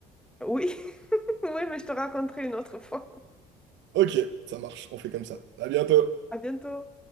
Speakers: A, in the centre; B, on the right (about 65°).
A: Oui. <laughs> Oui, mais je te raconterai une autre fois.
B: Ok, ça marche, on fait comme ça. À bientôt.
A: À bientôt.